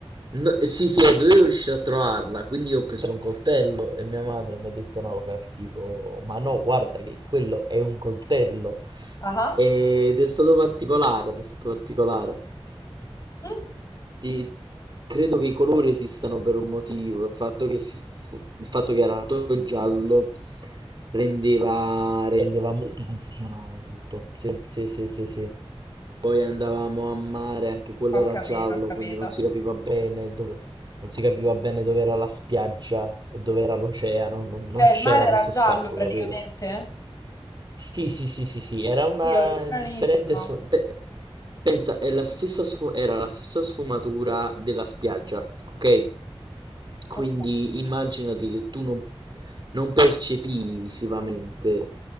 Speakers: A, on the right; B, on the left.
A: No, sì, sì, e dovevo riuscire a trovarla, quindi io ho preso un coltello e mia madre mi ha detto una cosa del tipo, ma no, guarda che quello è un coltello.
B: Ah,
A: Ed è stato particolare, ed è stato particolare.
B: Mm?
A: Ti credo che i colori esistano per un motivo, il fatto che si fu il fatto che era tutto giallo rendeva rendeva molto confusionario tutto. Sì, sì, sì, sì, sì. Poi andavamo a mare, anche quello
B: ho
A: era
B: capito,
A: giallo,
B: ho capito.
A: quindi non si capiva bene dove, non si capiva bene dove era la spiaggia e dove era l'oceano, non non
B: Cioè,
A: c'era
B: il mare era
A: questo
B: giallo
A: stacco,
B: praticamente?
A: capito? Sì, sì, sì, sì, sì, era
B: Oddio,
A: una
B: che stranissimo.
A: differente sfo- pe- pensa, è la stessa sfo- era la stessa sfumatura della spiaggia, ok? Quindi
B: Ok,
A: immaginati che tu non, non percepivi visivamente